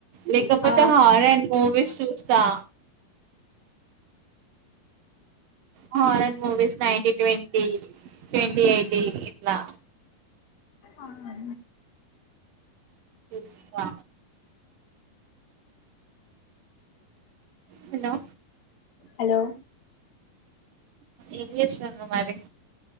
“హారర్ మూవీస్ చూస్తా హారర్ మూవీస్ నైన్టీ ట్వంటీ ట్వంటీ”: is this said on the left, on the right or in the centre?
Right